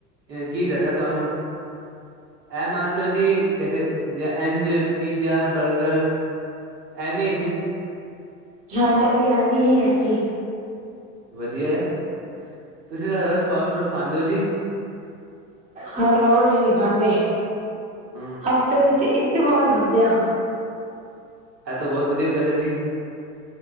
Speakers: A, on the right; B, on the right.
A: ਅ ਕੀ ਦਸਾਂ ਤੁਆਨੂੰ। ਐ ਮਾਨ ਲੋ ਜੀ ਜੈਸੇ ਐਂਝ ਪੀਜ਼ਾ, ਬਰਗਰ ਐਵੇਂ ਈ ਐ ਜੀ।
B: ਸਾਡਾ ਵੀ ਐਵੇਂ ਈ ਐ ਜੀ।
A: ਵਧੀਆ ਐ। ਤੁਸੀ ਤਾਂ ਹਰ ਰੋਜ ਫਾਸਟ ਫੂਡ ਖਾਂਦੇ ਔ ਜੀ।
B: ਹਰ ਰੋਜ਼ ਨਹੀਂ ਖਾਂਦੇ
A: ਹਮ
B: ਹਫ਼ਤੇ ਵਿੱਚ ਇੱਕ, ਇਹ ਬਾਹਰ ਖਾਧਿਆ,
A: ਹੈ ਤਾਂ ਬਹੁਤ ਵਧੀਆ ਗੱਲ ਹੈ ਜੀ।